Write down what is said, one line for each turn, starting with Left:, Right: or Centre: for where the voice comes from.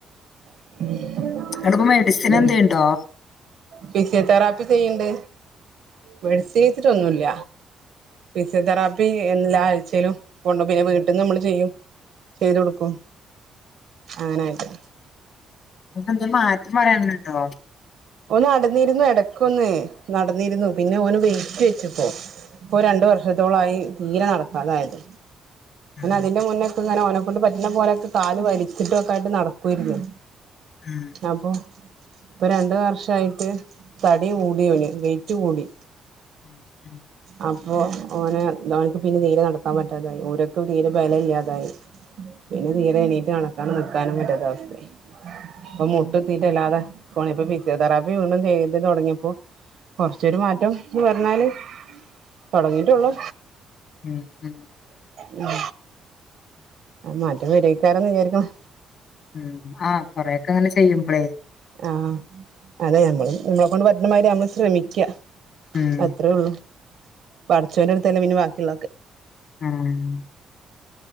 Right: <inaudible>
Left: അടിപ്പ മെഡിസിൻ
Right: ഉം
Left: എന്തേണ്ടോ?
Right: ഫിസിയോതെറാപ്പി ചെയ്യണ്ട്. മെഡിസിൻ കയിച്ചിട്ടൊന്നുല്ല. ഫിസിയോ തെറാപ്പി എല്ലാ ആഴ്ചയിലും പോണ്ട പിന്നെ വീട്ടിൽന്ന് നമ്മൾ ചെയ്യും. ചെയ്ത് കൊടുക്കും അങ്ങനായിട്ട്.
Left: അ എന്ത് മാറ്റം വരണിണ്ടോ?
Right: ഓന് നടന്നിരുന്നു ഇടക്കൊന്ന് നടന്നിരുന്നു പിന്നെ ഓന് വെയിറ്റ് വെച്ചിപ്പോ ഇപ്പൊ രണ്ടു വർഷത്തോളായി തീരെ നടക്കാതായത്
Left: ആഹ്
Right: അതിന്റെ മുന്നേക്കെ ഇങ്ങനെ ഓനെ ക്കൊണ്ട് പറ്റുന്ന പോലെക്കെ കാല് വലച്ചിട്ടൊക്കെ ആയിട്ട് നടക്കുവാരുന്നു
Left: ആഹ്
Right: അപ്പൊ ഇപ്പൊ രണ്ടു വർഷായിട്ട് തടി കൂടിയവന് വെയ്റ്റ് കൂടി.
Left: ഉം
Right: അ പ്പോ ഓന് ഓനക്ക് പിന്നെ തീരെ നടക്കാൻ പറ്റാതായി ഓരൊക്കെ തീരെ ബലയില്ലാതായി പിന്നെ തീരെ എണീറ്റ് നടക്കാനും നിക്കാനും പറ്റാത്ത അവസ്ഥയായി അപ്പൊ മുട്ട്ത്തിട്ടല്ലാതെ പോണിപ്പ ഭിത്തി സിയോ തെറാപ്പി വീണ്ടും ചെയ്ത് തുടങ്ങിയപ്പോ കൊറച്ചൊരു മാറ്റംന്ന് പറഞ്ഞാല് തുടങ്ങീട്ടൊള്ളൂ
Left: ഉം ഉം
Right: ഉം മാറ്റം വെരയക്കാരന്ന് വിചാരിക്കുണു.
Left: ഉം ആഹ് കൊറെക്കെ അങ്ങനെ ചെയ്യുമ്പളേ
Right: ആഹ് അതെ നമ്മളും നമ്മളെ കൊണ്ട് പറ്റണ മാതിരി നമ്മള് ശ്രമിക്ക
Left: ഉം
Right: അത്രേ ഉള്ളു. പഠചോന്റെടുത്തല്ലേ പിന്നെ ബാക്കിയുള്ളൊക്കെ.
Left: ആഹ്